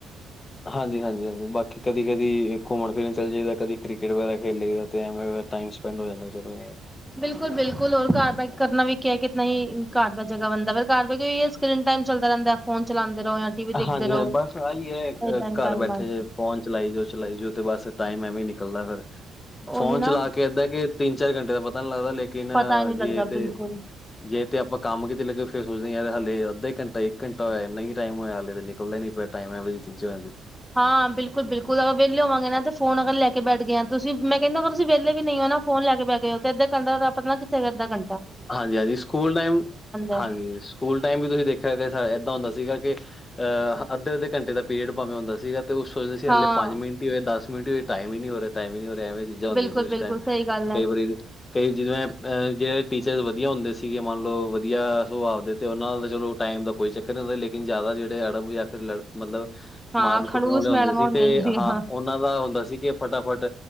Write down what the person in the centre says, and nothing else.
ਬਿਲਕੁਲ ਬਿਲਕੁਲ ਹੋਰ ਘਰ ਦਾ ਕਰਨਾ ਵੀ ਕੀ ਐ ਨਈ ਕਾਰ ਬਾਰ ਜਗ੍ਹਾ ਬਣਦਾ ਪਰ ਕਾਰ ਕਰੀਨ ਟਾਈਮ ਚਲਦਾ ਰਹਿੰਦਾ ਐ ਫੋਨ ਚਲਾਉਦੇ ਰਹੋ ਜਾਂ ਟੀ ਵੀ ਦੇਖਦੇ
ਰਹੋ
ਏਦਾਂ ਹੀ
ਟਾਈਮ
ਬਸ
ਉਹੀ
ਨਾ
ਪਤਾ ਨੀ ਲੱਗਦਾ
ਬਿਲਕੁਲ
ਹਾਂ ਬਿਲਕੁਲ ਬਿਲਕੁਲ ਅਗਰ ਵਿਹਲੇ ਹੋਵਾਂਗੇ ਨਾ ਫੋਨ ਅਗਰ ਲੈ ਬੈਠ ਗਏ ਆ ਤੁਸੀਂ ਮੈਂ ਕਹਨੀ ਅਗਰ ਵਿਹਲੇ ਵੀ ਨਹੀਂ ਉਹ ਨਾ ਫੋਨ ਲੈ ਕੇ ਬੈਹ ਗਏ ਉਹ ਤੇ ਅੱਦੇ ਕੰਟੇ ਦਾ ਪਤਾ ਨੀ ਕਿਥੇ ਗਿਆ ਅੱਦਾ ਆ ਕੇਨਟਾ ਆ
ਹੈ
ਹਾਂਜੀ।
ਹਾਂ,
ਬਿਲਕੁਲ-ਬਿਲਕੁਲ
ਸਹੀ ਗੱਲ ਐ।
ਹਾਂ,
ਖੜੂਸ
ਮੈਡਮਾਂ
ਹੁੰਦੀਆਂ
ਜਿਹੜੀਆਂ।